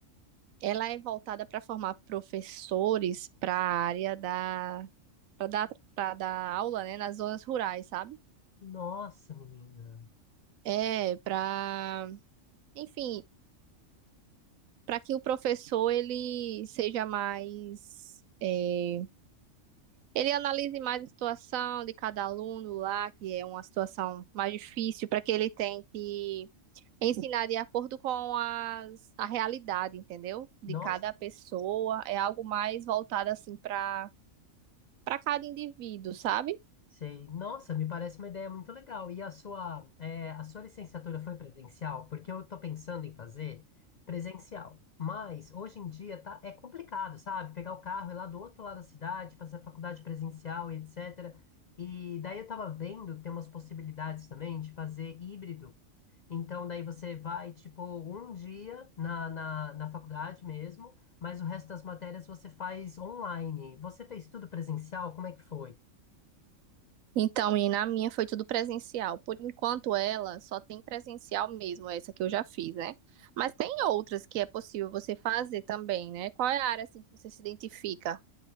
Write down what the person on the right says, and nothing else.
ela é voltada para formar professores para a área da para dar para dar aula, né, nas zonas rurais, sabe?
É, para, enfim, para que o professor ele seja mais é, Ele analise mais a situação de cada aluno lá, que é uma situação mais difícil, para que ele tente ensinar de acordo com as, a realidade, entendeu? De
cada pessoa. É algo mais voltado assim para para cada indivíduo, sabe?
Então, e na minha foi tudo presencial. Por enquanto, ela só tem presencial mesmo, essa que eu já fiz, né? Mas tem outras que é possível você fazer também, né? Qual é a área assim que você se identifica?